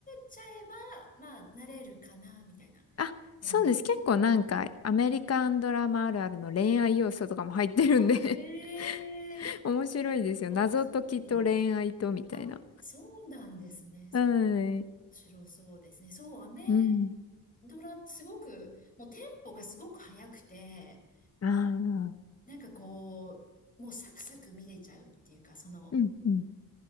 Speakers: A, on the left (about 20°); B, on the left (about 40°).
A: ちゃえば、まあ、慣れるかな、みたいな
B: あ、
A: 感じで。
B: そうです。結構なんかアメリカンドラマあるあるの恋愛要素とかも入ってるんで
A: あ、へえ、
B: <laughs> 面白いですよ。
A: なるほど。
B: 謎解きと恋愛とみたいな。
A: ストーリー。あ、そうなんですね。それ、
B: はい。
A: 面白そうですね。そう、アメ
B: うん。
A: ドラ、すごく、もうテンポがすごく速くて、
B: ああ。
A: なんかこう、もうサクサク見れちゃうっていうか、その、
B: うん、うん、